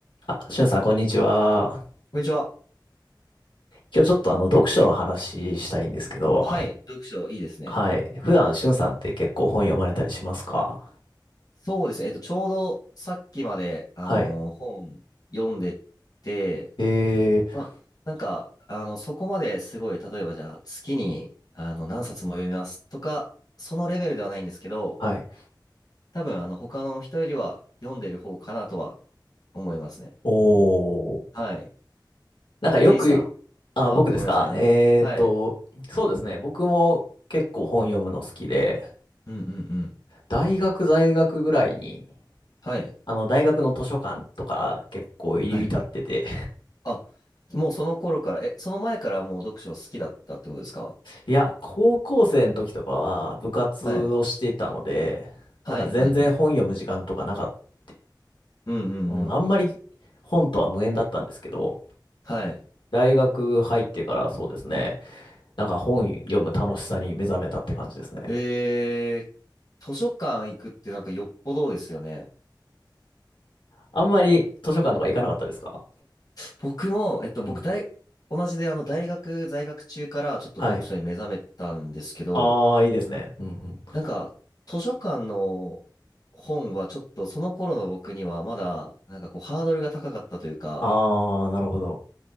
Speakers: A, on the left; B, on the left.
A: あ、しゅんさん、こんにちは。
B: こんにちは。
A: 今日ちょっとあの、読書の話したいんですけど、
B: はい。読書いいですね。
A: はい。普段、しゅんさんって結構本読まれたりしますか
B: そうですね。えっと、ちょうどさっきまで、あのー本読んでて、
A: はい。えー、
B: まあ、なんか、あの、そこまですごい、例えばじゃあ、月に、あの、何冊も読みますとか、そのレベルではないんですけど、
A: はい。
B: 多分、あの、他の人よりは読んでる方かなとは思いますね。
A: おー。
B: はい。
A: なんかよく、
B: ケイさん。
A: あ、
B: あ、
A: 僕ですかえーと、
B: ごめんなさいね。はい。
A: そうですね。僕も結構本読むの好きで、
B: うんうんうん。
A: 大学在学ぐらいに、
B: はい。
A: あの、大学の図書館とか結構入り浸ってて、
B: はい。あ、もうその頃から、え、その前からもう読書好きだったってことですか
A: いや、高校生の時とかは部活をしていたので、
B: はいはいはいはい。
A: なんか全然本読む時間とかなかった。
B: うんうんうん。
A: うん、あんまり本とは無縁だったんですけど、
B: はい。
A: 大学入ってからそうですね、なんか本読む楽しさに目覚めたって感じですね。
B: えー、図書館行くってなんかよっぽどですよね。
A: あんまり図書館とか行かなかったですか
B: 僕も、えっと、
A: うん。
B: 僕大、同じであの大学在学中からちょっと読書に目覚めたんですけど、
A: はい。ああ、いいですね。うんうん。
B: なんか図書館の本はちょっとその頃の僕にはまだなんかこうハードルが高かったというか、
A: ああ、なるほど。